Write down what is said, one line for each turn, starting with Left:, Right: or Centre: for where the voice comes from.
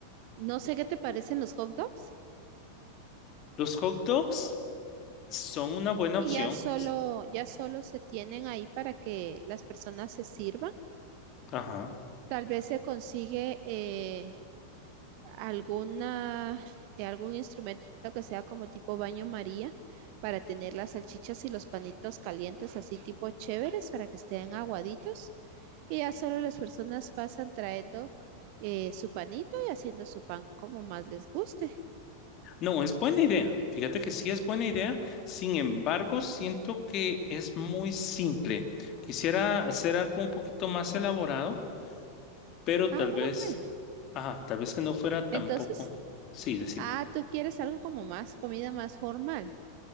Right: No sé qué te parecen los hot dogs
Left: Los hot dogs son una buena
Right: y
Left: opción.
Right: ya solo, ya solo se tienen ahí para que las personas se sirvan.
Left: Ajá.
Right: Tal vez se consigue eh, alguna, eh, algún instrumento que sea como tipo baño María para tener las salchichas y los panitos calientes así tipo chéveres para que estén aguaditos. Y ya solo las personas pasan trayendo eh, su panito y haciendo su pan como más les guste.
Left: No, es buena idea. Fíjate que sí es buena idea. Sin embargo, siento que es muy simple. Quisiera hacer algo un poquito más elaborado, pero
Right: Ah,
Left: tal vez,
Right: bueno.
Left: ajá, tal vez que no fuera tampoco.
Right: Entonces,
Left: Sí, decime.
Right: Ah, tú quieres algo como más, comida más formal.